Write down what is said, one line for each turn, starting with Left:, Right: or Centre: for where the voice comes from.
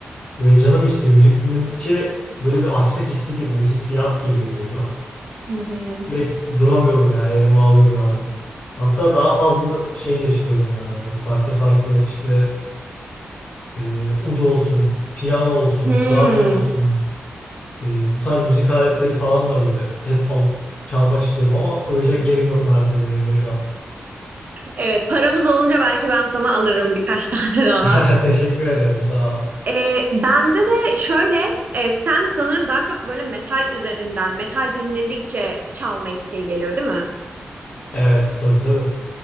Left: Böyle canım istiyor. Müzik dinledikçe böyle bir açlık hissi gibi bir hissiyat geliyor üzerime.
Right: Hı hı.
Left: Direkt duramıyorum yani elime alıyorum hemen. Hatta daha fazla şey de istiyorum yani böyle farklı farklı işte e, ud olsun, piyano olsun,
Right: Hmm.
Left: klavye olsun, e, bu tarz müzik aletleri falanla böyle hep alıp çalmak istiyorum ama koyacak yerim yok maalesef elimde şu an.
Right: Evet, paramız olunca belki ben sana alırım birkaç <laughs> tane daha.
Left: <laughs> Teşekkür ederim, sağ ol.
Right: E, bende de şöyle e, sen sanırım daha çok böyle metal üzerinden, metal dinledikçe çalma isteği geliyor, değil mi?
Left: Evet tabii tabii.